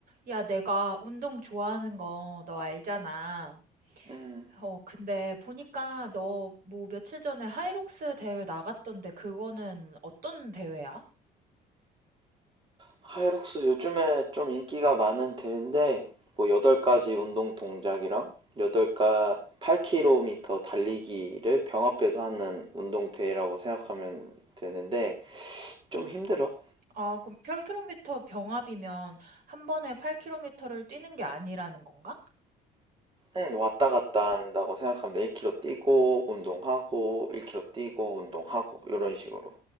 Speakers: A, on the right; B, on the right.
A: 야, 내가 운동 좋아하는 거 너 알잖아.
B: 음,
A: 어, 근데 보니까 너 뭐 며칠 전에 하이록스 대회 나갔던데 그거는 어떤 대회야?
B: 하이록스 요즘에 좀 인기가 많은 대회인데, 뭐, 8가지 운동 동작이랑 8가 로 k m 달리기를 병합해서 하는 운동 대회라고 생각하면 되는데, 좀 힘들어.
A: 아, 그럼 8km 병합이면 한 번에 8km를 뛰는 게 아니라는 건가?
B: 응, 왔다 갔다 한다고 생각하면 돼. 1km 뛰고, 운동하고, 1km 뛰고, 운동하고, 이런 식으로.